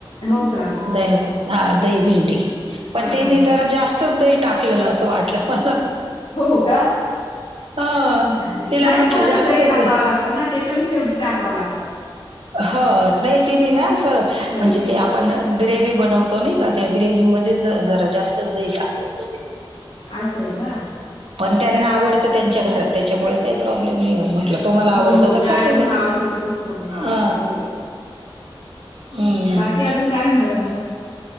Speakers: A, on the left; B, on the right.
A: हो का
B: द हा दही भेंडी पण
A: हा
B: तेनी
A: हा
B: तर जास्तच तेही टाकलेलं असं वाटलं मला
A: हो हो का
B: हा
A: नाही
B: तिला म्हटलं
A: थोडं
B: जास्तच
A: दही टाकावं लागतं ना ते पण शेवटी टाकावं लागतं
B: हो नाही ति नाही ना म्हणजे
A: चवीला
B: ते आपण ग्रेवही बनवतो नाही का त्या ग्रेवही मध्ये जरा जास्त दही टाकलं हो
A: आच आहे का
B: पण त्यांना आवडतं त्यांच्या घरात त्याच्यामुळे काही प्रॉब्लेम नाही हो मग तुम्हाला आवडत
A: हो हो ज्याला
B: तर ख तुम्ही
A: जसं आवडतंय तसंच करून खावं
B: ह
A: लागतं बरोबर आहे
B: हम्
A: बाकी अजून काय म्हणता तुम्ही